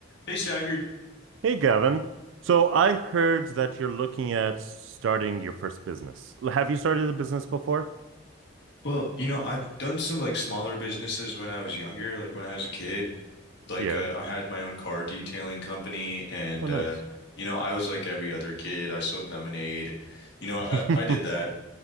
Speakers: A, on the left (about 55°); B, on the right (about 65°).
A: Hey, Sagar.
B: Hey, Gavin. So I heard that you're looking at starting your first business. L- Have you started a business before?
A: Well, you know, I've done some like smaller businesses when I was younger, like when I was a kid. Like
B: Yeah.
A: uh, I had my own car detailing company and
B: Oh, nice.
A: uh you know, I was like every other kid. I sold lemonade. You know, I
B: <laughs>
A: I did that,